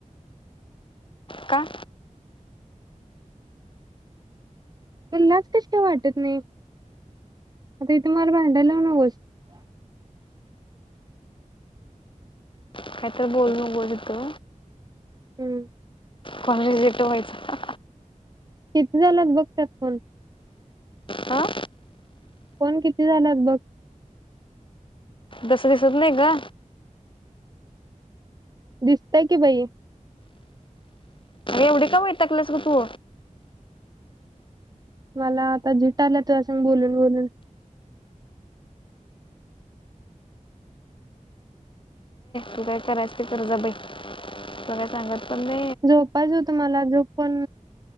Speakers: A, on the left; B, on the right.
A: का
B: तुलाच कशी काय वाटत नाही, आता इथे मला भांडाया लावू नकोस.
A: काहीतर बोलु नकोस तु.
B: हूं!
A: कॉल रिजेक्ट व्हायचा.
B: किती झालात बघत्यात फोन.
A: हां
B: फोन किती झाल्यात बघ.
A: तस दिसत नाही ग.
B: दिसतय की बाई.
A: एवढी का वैतागल्यास ग तु
B: मला आता झिट आली तुज्या सग बोलून बोलून
A: तू काय करायच ते कर जा बाई तुला काय सांगत पण नाही
B: झोपायचं होत मला झोप पण